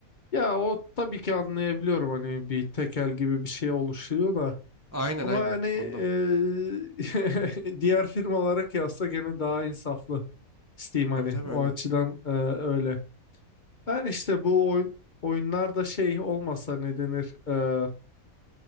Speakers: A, on the left (about 40°); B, on the right (about 25°).
A: ya o tabii ki anlayabiliyorum hani bir tekel gibi bir şey oluşuyor da
B: Aynen
A: Ama
B: aynen
A: hani eee,
B: ondan.
A: <laughs> diğer firmalara kıyasla gene daha insaflı Steam hani
B: Tabii tabii
A: o
B: öyle.
A: açıdan eee, öyle. Ben işte bu oyun oyunlarda şey olmasa ne denir eee,